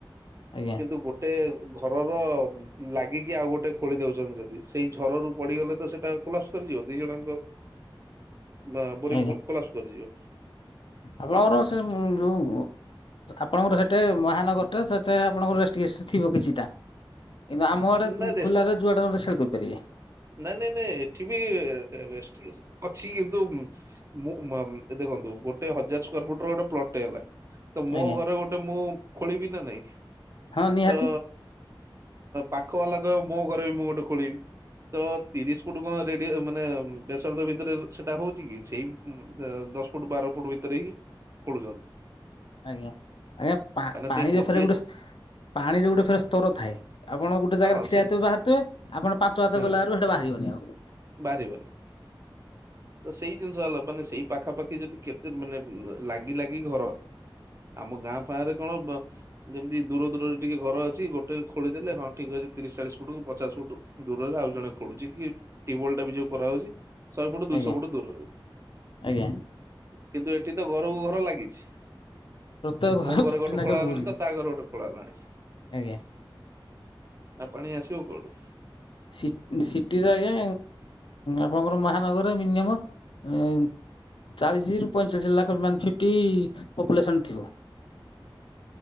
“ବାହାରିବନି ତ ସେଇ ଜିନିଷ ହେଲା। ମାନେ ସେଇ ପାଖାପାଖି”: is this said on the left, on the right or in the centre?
Right